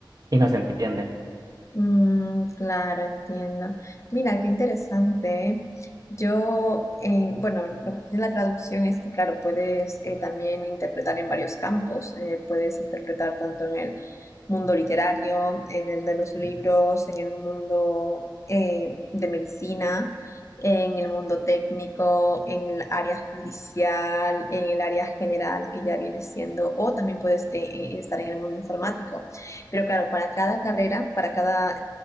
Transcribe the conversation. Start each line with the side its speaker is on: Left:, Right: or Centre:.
Right: y no se entienden.
Left: Mm, claro, entiendo. Mira, qué interesante. ¿eh? Yo, eh, bueno, lo que tiene la traducción es que, claro, puedes eh, también interpretar en varios campos. eh, puedes interpretar tanto en el mundo literario, en el de los libros, en el mundo eh, de medicina, en el mundo técnico, en el área judicial, en el área general que ya viene siendo, o también puedes eh, eh, estar en el mundo informático. Pero claro, para cada carrera, para cada